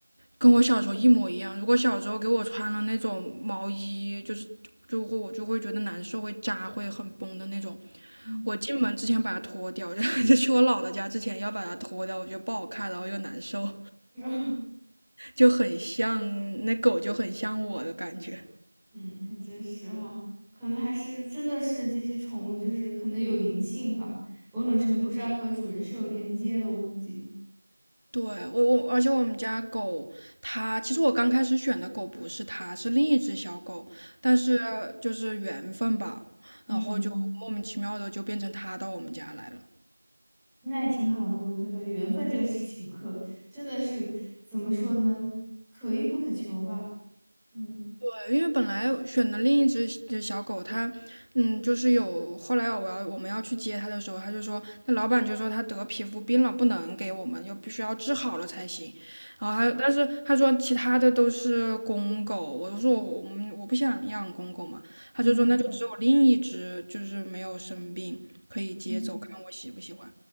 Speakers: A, on the right; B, in the centre.
A: 跟我小时候一模一样。如果小时候给我穿了那种毛衣，就是就会我就会觉得难受，会扎，会很崩的那种。
B: 嗯
A: 我进门之前把它脱掉，就 <laughs> 就去我姥姥家之前要把它脱掉，我觉得不好看，然后又难受。
B: <laughs>
A: 就很像那狗，就很像我的感觉。
B: 嗯，还真是哈，可能还是真的是这些宠物就是可能有灵性吧，某种程度上和主人是有连接的，我估计。
A: 对我我，而且我们家狗，它其实我刚开始选的狗不是它，是另一只小狗，但是就是缘分吧，
B: 嗯。
A: 然后就莫名其妙的就变成它到我们家来了。
B: 那也挺好的，我觉得缘分这个事情可真的是怎么说呢，可遇不可求吧。嗯
A: 对，因为本来选的另一只只小狗，它，嗯，就是有后来我要我们要去接它的时候，它就说，那老板就说它得皮肤病了，不能给我们，又必须要治好了才行。然后还有，但是他说其他的都是公狗，我就说我我们我不想养公狗嘛，他就说那就只有另一只就是没有生病可以接走，
B: 嗯嗯
A: 看我喜不喜欢。